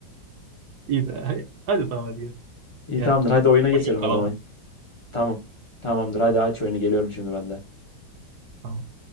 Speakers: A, on the right; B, on the left.
A: İyi de hadi hadi tamam hadi gel.
B: İyi
A: Gel.
B: tamamdır. Hadi oyuna geçelim
A: Ama çok kalamam.
B: o zaman. Tamam. Tamamdır. Hadi aç oyunu. Geliyorum şimdi ben de.
A: Tamam.